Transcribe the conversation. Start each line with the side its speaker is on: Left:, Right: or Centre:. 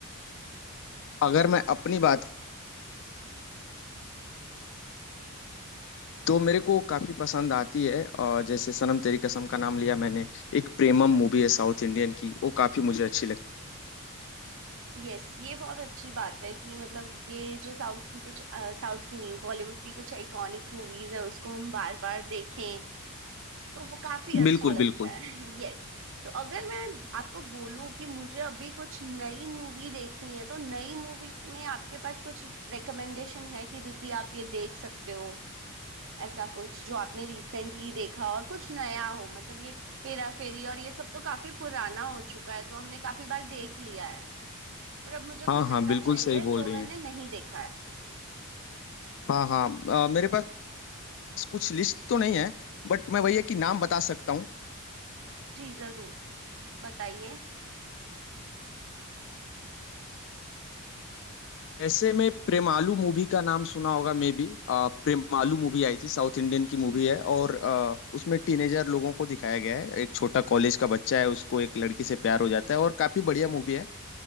Left: अगर मैं अपनी बात तो मेरे को काफी पसंद आती है और जैसे सनम तेरी कसम का नाम लिया मैंने एक प्रेमम मूवी है साउथ इंडियन की वो काफी मुझे अच्छी
Right: यस ये बहुत अच्छी बात है कि मतलब ये जो साउथ की कुछ साउथ की नहीं बॉलीवुड की कुछ आइकॉनिक मूवीज है उसको हम बार बार देखें तो वो
Left: लगती
Right: काफी
Left: बिल्कुल
Right: अच्छा लगता
Left: बिल्कुल
Right: है <laughs> यस तो अगर मैं आपको बोलूं कि मुझे अभी कुछ नई मूवी देखनी है तो नई मूवी में आपके पास कुछ रिकमेंडेशन है कि दीदी आप ये देख सकते हो ऐसा कुछ जो आपने रिसेंटली देखा और कुछ नया हो मतलब ये हेरा फेरी और ये सब तो काफी पुराना हो चुका है तो हमने काफी बार देख लिया है पर अब मुझे कुछ
Left: हाँ हाँ
Right: ऐसा
Left: बिल्कुल
Right: चाहिए
Left: सही बोल
Right: जो
Left: रही
Right: मैंने
Left: हैं
Right: नहीं देखा है
Left: हाँ हाँ अ, मेरे पास कुछ लिस्ट तो नहीं है बट मैं भैया कि नाम बता सकता हूँ
Right: जी जरूर बताइए
Left: ऐसे में प्रेमालू मूवी का नाम सुना होगा मे बी प्रेमालू मूवी आई थी साउथ इंडियन की मूवी है और अ, उसमें टीनेजर लोगों को दिखाया गया है एक छोटा कॉलेज का बच्चा है उसको एक लड़की से प्यार हो जाता है और काफी बढ़िया मूवी है